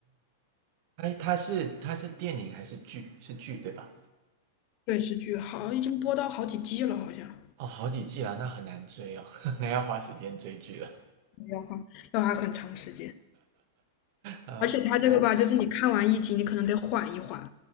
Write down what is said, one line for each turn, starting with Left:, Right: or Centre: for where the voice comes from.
Right: 哎，它是它是电影还是剧？是剧对吧？
Left: 电视剧好已经播到好几季了，好像
Right: 哦，好几季了，那很难追哦，<laughs> 那要花时间追剧了。
Left: 要花要花很长时间，
Right: 啊、
Left: 而且他这个吧，
Right: 好，
Left: 就是你看完一集，你可能得缓一缓。